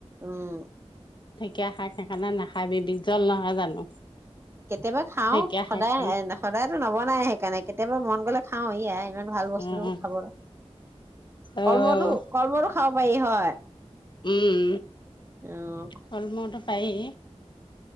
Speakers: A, on the right; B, on the left.
A: উম।
B: ঢেঁকীয়া শাক হেকাণে না খাবি বিজ্বল নহয় জানো?
A: কেতিয়াবা খাও
B: ঢেকীয়া
A: সদায়
B: শাকটো
A: সদায়তো নবনাই। নে কেতিয়াবা মন গ'লে খাওঁ ইয়া আই ইমান ভাল বস্তু
B: উম।
A: খাবৰ,
B: অ',
A: কলমৌতো কলমৌতো খাব পাৰি। হয়
B: উম
A: উম,
B: কলমটো পায়